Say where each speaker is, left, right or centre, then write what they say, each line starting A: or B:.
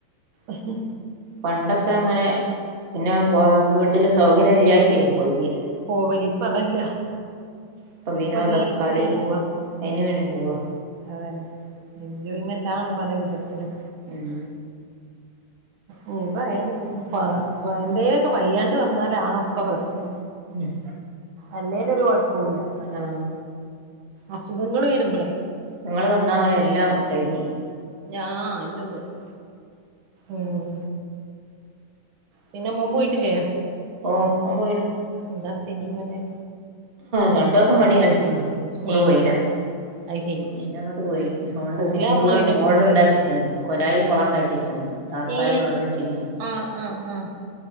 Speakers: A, on the right; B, on the right.
A: ഇഹ്
B: പണ്ടൊക്കെ അങ്ങനെ പിന്നെ പോ വീട്ടില് സൗകര്യ ഇല്ലായിട്ടേന് പോയിനി
A: പോവല് ഇപ്പ അതല്ല.
B: ഇപ്പൊ
A: ഇപ്പ
B: വിനോദം
A: റീൽസിന്
B: കളി
A: പോവാ
B: അയിന്
A: ഉം
B: വേണ്ടി പോവാ
A: അതന്നെ. എൻജോയ്മെന്റാണ് പല വിധത്തിലും
B: ഉം
A: നോമ്പ് ആയാലും എന്തേലൊക്കെ വയ്യാണ്ട് വന്നാലാണ് ഒക്കെ പ്രശ്നം.
B: ഉം
A: അല്ലലൊരു കൊഴപ്പവല്ല.
B: ആഹ്
A: അസുഖങ്ങൾ വരുമ്പോളേ
B: നിങ്ങള് വന്നാ എല്ലാം കഴിഞ്ഞ്
A: ആ എല്ലാം കൈയ്യും ഉം പിന്നെ മോൻ പോയിട്ടില്ലേ?
B: ഓ ഓൻപോയിന്
A: എന്താ സ്ഥിതി നിന്റെ
B: രണ്ടു ദിവസം മടിയണിച്ചിനി സ്കൂള്
A: ഏഹ്
B: പോയില്ല.
A: അത് ശരി
B: പിന്നെ അങ്ങോട്ട് പോയി. ഓൻണ്ട്
A: പോവൂലാർഞ്ഞാ
B: സ്വിമ്മിംഗ് പൂൾ
A: പിന്നെ
B: മുകളിൽ
A: പോവൂലല്ലേ
B: ഉണ്ടാക്കി വച്ചിരുന്നു. കൊലയില് കുളം ഉണ്ടാക്കി വച്ചിക്ണ്‌. താർപ്പായൽ
A: ഏഹ്
B: വെള്ളൊഴിച്ചിനി
A: ആഹ് ആഹ് ആഹ്